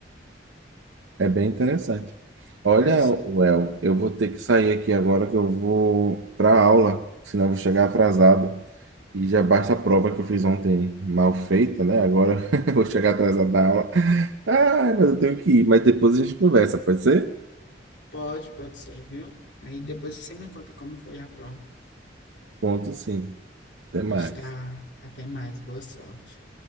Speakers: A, on the right; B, on the left.
A: É bem interessante. Olha,
B: Aí sim,
A: Well, eu vou ter que sair aqui agora que eu vou para aula, senão eu vou chegar atrasado. E já basta a prova que eu fiz ontem mal feita, né? Agora <laughs> eu vou chegar atrasado da aula. Ah, mas eu tenho que ir. Mas depois a gente conversa, pode ser?
B: pode, pode ser, viu? Aí depois você me conta como foi a prova.
A: Conto sim. Até
B: Pois
A: mais.
B: tá. Até mais. Boa sorte.